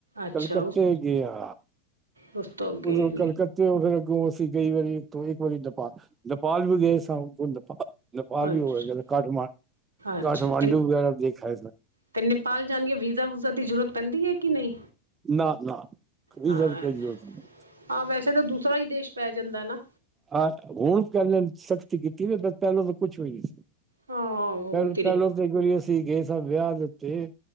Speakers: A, on the right; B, on the right.
A: ਅੱਛਾ
B: ਕਲਕੱਤੇ
A: ਉਸ
B: ਗਏ ਆ
A: ਉਸ ਤੋਂ ਅੱਗੇ
B: ਉਧਰ
A: ਨੀ
B: ਕਲਕੱਤੇ ਹੋ ਫਿਰ ਅੱਗੋਂ ਅਸੀ ਵਾਰੀ ਇੱਕ ਵਾਰੀ ਨੇਪਾਲ ਨੇਪਾਲ ਵੀ ਗਏ ਸਾ ਨੇਪਾਲ ਨੇਪਾਲ
A: ਅੱਛਾ
B: ਹੀ ਹੋਵੇਗਾ ਕਠਮਾਂ
A: ਅੱਛਾ
B: ਕਾਠਮਾਂਡੂ
A: ਤੇ
B: ਵਗੈਰਾ ਦੇਖਾ
A: ਤੇ ਨੇਪਾਲ ਜਾਂਦੀਏ ਵੀਜ਼ਾ ਵੂਜ਼ਾ ਦੀ ਜ਼ਰੂਰਤ ਪੈਂਦੀ ਹੈ ਕਿ ਨਹੀਂ
B: ਨਾ ਨਾ ਵੀਜ਼ਾ
A: ਹਾਂ
B: ਦੀ ਕੋਈ ਜਰੂਰਤ ਨਹੀਂ।
A: ਹਾਂ ਵੈਸੇ ਤਾਂ ਦੂਸਰਾ ਹੀ ਦੇਸ਼ ਪੈ ਜਾਂਦਾ ਨਾ।
B: ਆਹ ਹੁਣ ਪਹਿਲਾ ਤੋਂ ਸਖਤੀ ਕੀਤੀ ਹੈ ਪਹਿਲਾਂ ਤਾਂ ਕੁਛ ਵੀ ਨਹੀ ਸੀ।
A: ਹਾਂ ਹੁਣ
B: ਪਹਿ
A: ਧੀਰੇ
B: ਪਹਿਲੋਂ ਤਾਂ ਇੱਕ ਵਾਰੀ ਅਸੀਂ ਗਏ ਸਭ ਵਿਆਹ ਦੇ ਉੱਤੇ